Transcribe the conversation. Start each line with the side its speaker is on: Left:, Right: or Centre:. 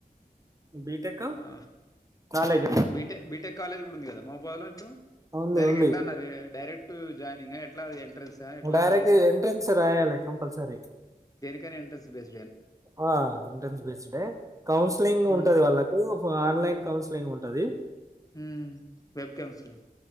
Right: బీటెక్
Left: ఆ
Right: కాలేజా
Left: బీటె బీటెక్ కాలేజ్ కూడా ఉంది కదా మోబలో ఇప్పుడు
Right: ఉంది
Left: దానికి
Right: ఉంది
Left: ఎట్లా అన్నారు డైరెక్ట్ టు జాయినింగ్ ఎట్లా ఎంట్రన్సా ఎట్లా
Right: డైరెక్ట్
Left: బేసు
Right: ఎంట్రెన్స్ రాయలి కంపల్సరీ
Left: కేన ఎంట్రన్స్ట్ బేస్
Right: ఆ ఎంట్రన్స్ బేస్ డే కౌన్సిలింగ్
Left: హ్మ్,
Right: ఉంటది వాళ్ళ క్ ఓ ఆన్లైన్ కౌన్సిలింగ్ ఉంటది
Left: ఉ వేబ్కన్సలి